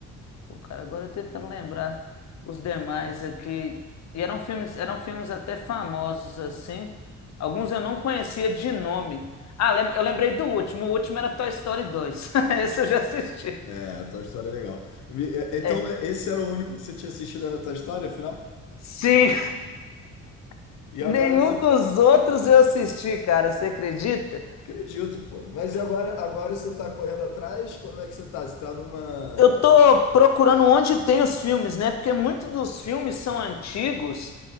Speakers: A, on the left; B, on the left.
A: Pô, cara, agora eu tentando lembrar os demais aqui. E eram filmes, eram filmes até famosos assim. Alguns eu não conhecia de nome. Ah, lem- eu lembrei do último. O último era Toy Story 2. <laughs> Esse eu já assisti.
B: É, a tua história é legal. Me- é, Então,
A: É.
B: esse era o único que você tinha assistido, era a tua história, afinal?
A: Sim, <laughs>
B: E
A: nenhum
B: agora você.
A: dos outros eu assisti, cara, você acredita?
B: Acredito, pô. Mas e agora, agora você tá correndo atrás? Como é que você tá? Você tá numa.
A: Eu tô procurando onde tem os filmes, né? Porque muitos dos filmes são antigos